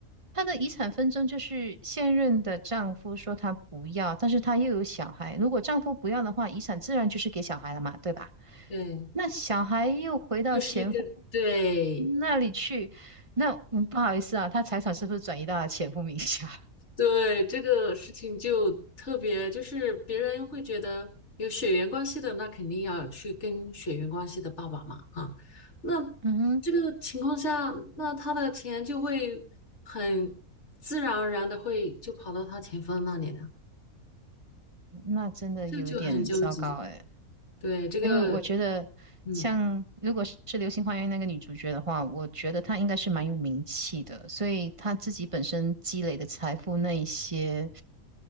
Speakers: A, on the right; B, on the left.
A: 他的遗产纷争就是现任的丈夫说他不要，但是他又有小孩，如果丈夫不要的话，遗产自然就是给小孩了嘛，对吧？
B: 对，
A: 那小孩又回到前夫
B: 又是跟，对
A: 那里去，那嗯不好意思啊，他财产是不是转移到他前夫名下？
B: 对，这个事情就特别，就是别人会觉得有血缘关系的，那肯定要去跟血缘关系的爸爸嘛，哈、那
A: <laughs> 嗯哼。
B: 这个情况下，那他的钱就会很自然而然的会就跑到他前夫那里了，
A: 那真的有一点糟糕诶，
B: 这就很纠结。对，这个，
A: 因为我觉得像如果是《流星花园》那个女主角的话，
B: 嗯
A: 我觉得她应该是蛮有名气的，所以她自己本身积累的财富那一些